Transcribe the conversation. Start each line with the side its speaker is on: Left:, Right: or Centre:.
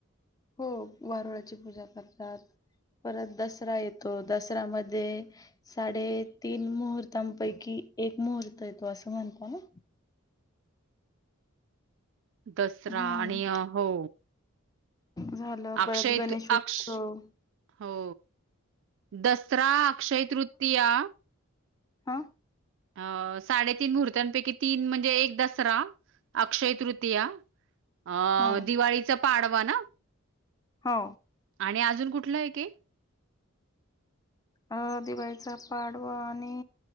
Left: हो वारुळाची पूजा करतात. परत दसरा येतो, दसर्यामधे साडेतीन मुहूर्तांपैकी एक मुहूर्त येतो, असं म्हणता ना?
Right: दसरा
Left: हम्म
Right: आणि अ हो.
Left: झालं
Right: अक्षय-
Left: परत गणेश उत्सव
Right: अक्ष- हो दसरा अक्षय तृतीया
Left: हा?
Right: अ साडेतीन मुहर्तापैकी तीन म्हणजे, एक दसरा अक्षय तृतीया, अं..
Left: हां
Right: दिवाळीचा पाडवा ना,
Left: हो.
Right: आणि अजून कुठलं आहे की?
Left: अ दिवाळीचा पाडवा आणि